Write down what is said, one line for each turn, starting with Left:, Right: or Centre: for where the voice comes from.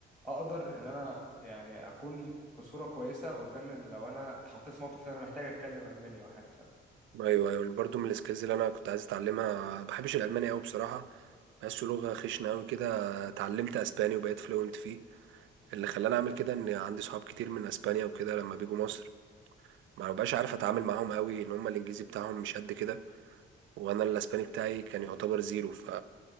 Centre: اقدر ان انا يعني اكون بصوره كويسه قدام لو انا اتحطيت في موقف ان انا محتاج اتكلم الماني او حاجه فاهم
Right: ايوه ايوه برضو من السكيلز اللي انا كنت عايز اتعلمها ما بحبش الالماني قوي بصراحة بحسه لغة خشنة قوي كده اتعلمت اسباني وبقيت فلوينت فيه اللي خلاني اعمل كده ان عندي صحاب كتير من اسبانيا وكده لما بيجوا مصر ما ببقاش عارف اتعامل معاهم قوي ان هم الانجليزي بتاعهم مش قد كده وانا الاسباني بتاعي كان يعتبر زيرو ف